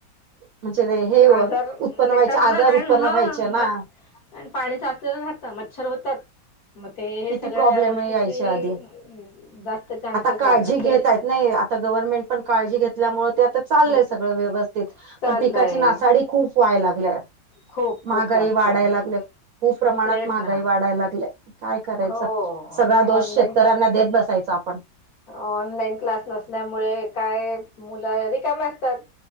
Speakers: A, on the right; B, on the left.
A: म्हणजे हे
B: आजार
A: व उत्पन
B: येतात
A: व्हायचे आजार.
B: ना कारण
A: उत्पन्न
B: हा
A: व्हायचे ना
B: मच पाणीच असले तर राहत मच्छर होतात. मग ते हे
A: किती
B: सगळ्या
A: प्रॉब्लेम
B: गोष्टीची
A: यायच्या आधी
B: जास्त चान्सेस
A: आता काळजी
B: राहतात
A: घेतायत
B: तेच.
A: नाही आता गव्हर्नमेंट पण काळजी घेतल्यामुळे ते आता चालय
B: घेत
A: सगळं व्यवस्थित
B: चाललंय
A: पण पिकाची नासाडी खूप व्हाय लागलीय
B: खूप खूप
A: महागाई
B: जास्त
A: वाढाय
B: आहे
A: लागले खूप प्रमाणात
B: तेच
A: महागाई
B: ना
A: वाढाय लागली काय करायचं
B: हो
A: सगळा
B: आणि हे
A: दोष
B: ऑनलाईन
A: शेतकऱ्यांना देत बसायच आपण
B: ऑनलाईन क्लास नसल्यामुळे काय मुलं रिकाम असतात